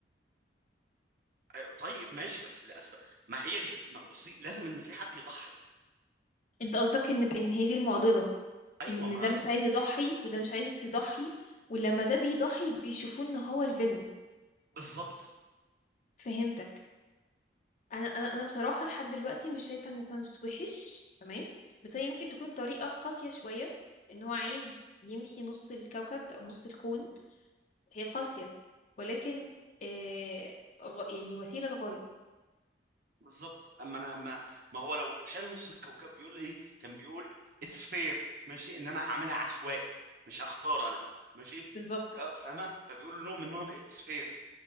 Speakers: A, on the right (about 50°); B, on the left (about 40°).
A: آه، طيب ماشي بس لاسباب ما هي دي ما بصي لازم ان في حد يضحي
B: أنت قصدك إن بإن هي دي المعضلة
A: ايوه
B: ان
A: ما
B: ده مش عايز يضحي وده مش عايز يضحي ولما ده بيضحي بيشوفوه ان هو الفيلن
A: بالظبط
B: ففهمتك انا انا انا بصراحه لحد دلوقتي مش شايفه ان ثانوس وحش تمام بس هي يمكن تكون طريقه قاسيه شويه ان هو عايز يمحي نص الكوكب او نص الكون هي قاسيه ولكن آه غ- يعني وسيله لغايه
A: بالظبط اما انا ما ما هو لو شال نص الكوكب بيقول لي كان بيقول اتس فير ماشي ان انا هعملها عشوائي مش هختار انا ماشي
B: بالظبط
A: آه، فاهمه فبيقول لهم انهم اتس فير